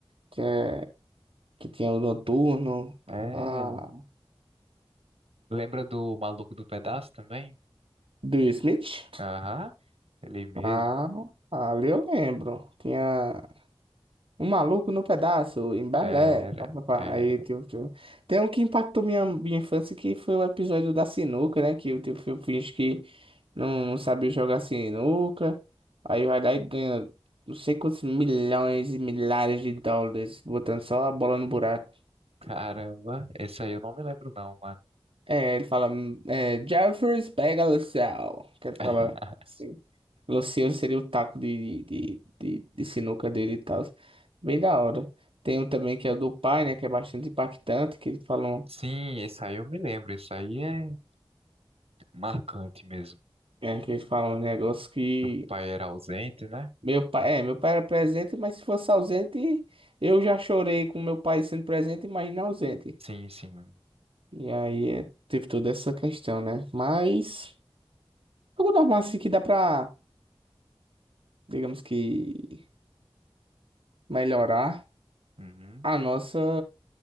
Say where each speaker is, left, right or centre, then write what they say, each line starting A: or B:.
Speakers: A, on the right; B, on the right.
A: Que, é, que tinha o Noturno,
B: É.
A: a
B: Lembra do Maluco do Pedaço também?
A: do Smith.
B: Aham. Ele mesmo.
A: Ah, ali eu lembro. Tinha. Um maluco no pedaço, em balé,
B: Era,
A: papapá.
B: é,
A: Aí, tio, tio. Tem um que impactou minha, minha infância, que foi o episódio da sinuca, né? Que o tio Phil finge que não sabia jogar sinuca. Aí vai lá e ganha não sei quantos milhões e milhares de dólares, botando só a bola no buraco.
B: caramba, esse aí eu não me lembro não, mano.
A: É, ele fala, hum, é, Jeffers, pega o céu. Que ele fala.
B: <laughs>
A: assim, Luciano seria o taco de, de, de, de- sinuca dele e tal. Bem da hora. Tem um também que é o do pai, né? Que é bastante impactante, que ele fala um,
B: Sim, esse aí eu me lembro, esse aí é marcante mesmo.
A: é, que ele fala um negócio que.
B: Que o pai era ausente, né?
A: Meu pai, é, meu pai era presente, mas se fosse ausente, eu já chorei com meu pai sendo presente, imagina ausente.
B: Sim, sim.
A: E aí é, teve toda essa questão, né? Mas algo normal assim que dá pra, digamos que, melhorar
B: Uhum.
A: a nossa,